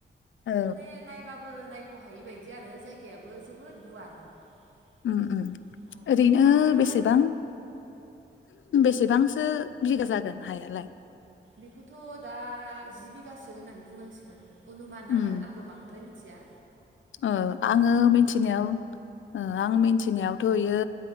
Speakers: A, on the left; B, on the right.
A: औ
B: माने नायबाबो फो नाय सहायै बायदि आरो जायगायाबो जोबोद गुवार अ
A: उम उम ओरैनो
B: आगोल
A: बेसेबां बेसेबांसो बिगा जागोन हायालाय
B: बिखौ थ दा जि बिगासो होननानै बुंनांसिगोन !!! अनुमान
A: उम
B: आरो आंबो बांद्राय मिथि खुथिया
A: ओ आङो मिनथिनायाव ओ
B: औ
A: आं मिनथिनायावथ बेयो